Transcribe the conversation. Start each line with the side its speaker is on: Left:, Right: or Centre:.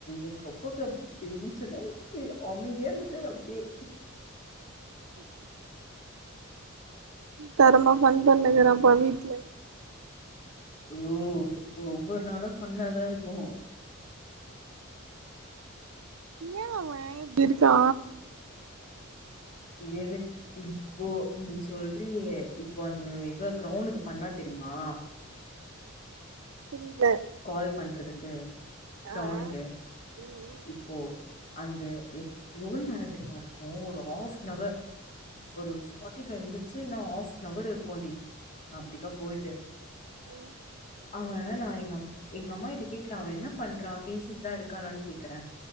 Left: எங்க அப்பாவுக்கு அப்டி டென்சனாயுருச்சு அமைதியாரு ட்டாரு அப்டியே
Right: தரமா பன்ட்டுகிறப்பா வீட்ல
Left: ஓ ஒவ்வொரு நாளு ஃபண்ணா தா இருக்கு
Right: ஏ அவே இப்டிருக்கா
Left: எனக்கு இப்போ நீ சொல்றியே இப்போ அந்த இவ கிரௌனுக்கு பண்ணா தெரிமா
Right: புரில
Left: கால் பண்றதுக்கு கிரௌனுக்கு
Right: ஆ ம்
Left: இப்போ அந்த எவ்ளோ நேரோ தெரிமா இருக்கு ஒரு ஹாஃப் நவர் ஒரு ஃபார்ட்டி ஃபைவ் மினிட்ஸு இல்லன்னா ஹாஃப் நவர் இருக்குடி நா அப்டிக்கா போய்ட்டு
Right: ம்
Left: அவ நா எங்க எங்க அம்மாகிட்ட கேக்குற அவ என்ன பண்றா பேசிட்டுதா இருக்கானான்னு கேக்குற